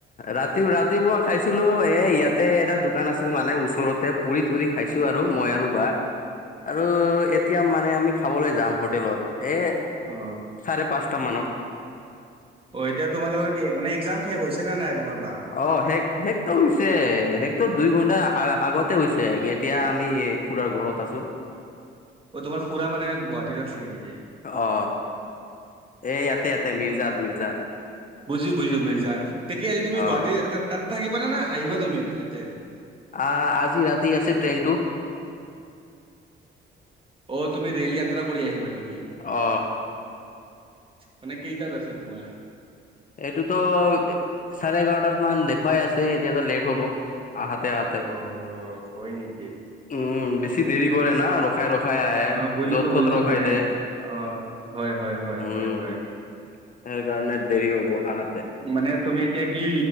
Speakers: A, on the left; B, on the right.
A: ৰাতি ৰাতিপুৱা? খাইছিলো এ ইয়াতে এটা দোকান আছিল মানে ওচৰতে পুৰি ধৰি খাইছো আৰু মই আৰু বা। আৰু এতিয়া মানে আমি খাবলে যাম হোটেলত এ
B: অ
A: চাৰে পাঁচটা মানত।
B: অ এতিয়া তোমালোকৰ কি মানে এ্কজাম শেষ হৈছে নে নাই? তোমাৰ বাৰ
A: অ শেষ শেষ হৈছে শেষ দুই ঘন্টা আ আগতে হৈছে, এতিয়া আমি এই খুৰাৰ ঘৰত আছো।
B: অ তোমাৰ খুৰা মানে গুৱাহাটীতে থাকে নেকি?
A: অ এ ইয়াতে ইয়াতে মিৰ্জাত মিৰ্জাত।
B: বুজিছোঁ বুজিছোঁ মিৰ্জা তেতিয়া আজি তুমি
A: অ
B: গুৱাহাটীৰ তাতে থাকিবানে না আহিবা তুমি ইয়াতে?
A: আ আজি ৰাতি আছে ট্ৰেইনটো।
B: অ তুমি ৰেল যাত্ৰা কৰি আহিবা নেকি?
A: অ।
B: মানে কেইটাত আছে তোমাৰ?
A: এইটোতো চাৰে এঘাৰটাত মান দেখুৱাই আছে এতিয়াতো লেট হ'ব। আহাতে হাতে,
B: অ', হয় নেকি?
A: উম বেছি দেৰি কৰে না ৰ ৰখাই ৰখাই আহে
B: অ', বুজিছো
A: যত তত
B: বুজিছো
A: ৰোখাই
B: মানে
A: দে
B: অ', হয় হয় হয়
A: উম।
B: হয় হয়।
A: সেইকাৰণে দেৰি হব আহাতে।
B: মানে তুমি এতিয়া কি